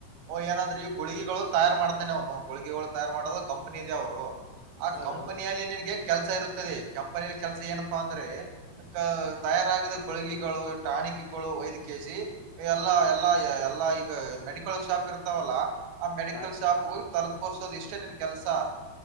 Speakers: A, on the right (about 80°); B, on the left (about 85°).
A: ಅವ ಏನಾದರಿ, <unintelligible> ಗುಳಿಗೆಗಳು ತಯಾರ ಮಾಡ್ತಾನನೆ ಅವನು ಗುಳಿಗೆಗಳು ತಯಾರ ಮಾಡೋದು ಕಂಪನಿ ಇದೆ ಅವರು, - <unintelligible> ಆ
B: ಹಾ
A: ಕಂಪನಿಯಲ್ಲಿ
B: ರೀ ಹೌದು
A: ನಿನಗೆ <unintelligible> ಕೆಲಸ ಇರುತ್ತದೆ ಕಂಪನಿ ಕೆಲಸ ಏನಪ್ಪಾ ಅಂದ್ರೆ ಈಗ ತಯಾರಾಗಿದ ಗುಳಿಗೆಗಳು ಸ್ಟಾಕ <unintelligible> ನಿಕಗಳು ಒಯದಿ ಕ್ಯಾಸಿ ಎಲ್ಲಾ ಎಲ್ಲಾ ಎಲ್ಲಾ ಈಗ ಮೆಡಿಕಲ್ ಶಾಪ್ ಇರ್ತಾವಲ್ಲ, <unintelligible> ಆ ಮೆಡಿಕಲ್
B: ಹಾ ರೀ
A: ಶಾಪ್ ಹೋಗಿ ತಲುಪೋಸೋದು ಇಷ್ಟೇ ನಿನ್ ಕೆಲಸಾ <unintelligible>